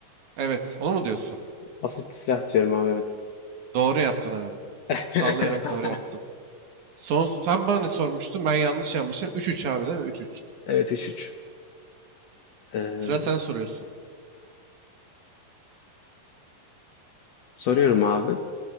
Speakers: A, on the right (about 65°); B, on the left (about 65°).
A: Evet onu mu diyorsun?
B: Basınçlı silah diyorum abi evet.
A: Doğru yaptın abi.
B: <laughs>
A: Sallayarak doğru yaptın. Son sen bana ne sormuştun? Ben yanlış yapmışım. Üç üç abi değil mi? üç. 3
B: Evet üç üç Ee,
A: Sıra sen soruyorsun.
B: soruyorum abi.